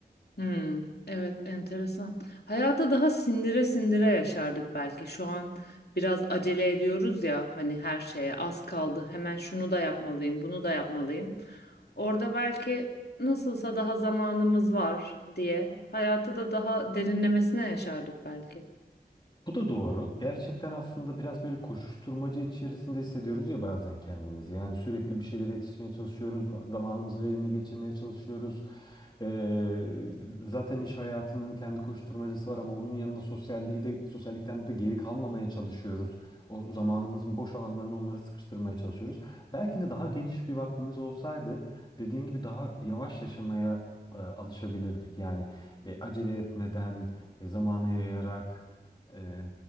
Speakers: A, on the left; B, on the left.
A: Hmm, evet enteresan. Hayata daha sindire sindire yaşardık belki. Şu an biraz acele ediyoruz ya hani her şeye az kaldı. Hemen şunu da yapmalıyım, bunu da yapmalıyım. Orada belki nasılsa daha zamanımız var diye hayatı da daha derinlemesine yaşardık belki.
B: Bu da doğru. Gerçekten aslında biraz böyle koşuşturmaca içerisinde hissediyoruz ya bazen kendimizi. Yani sürekli bir şeylere yetişmeye çalışıyoruz. Zamanımızı verimli geçirmeye çalışıyoruz. Ee, zaten iş hayatının kendi koşuşturmacası var ama onun yanında sosyalliği de, sosyallikten de geri kalmamaya çalışıyoruz. O zamanımızın boş alanlarını onlara sıkıştırmaya çalışıyoruz. Belki de daha geniş bir vaktimiz olsaydı dediğin gibi daha yavaş yaşamaya e, alışabilirdik. Yani e, acele etmeden, e, zamana yayarak ee,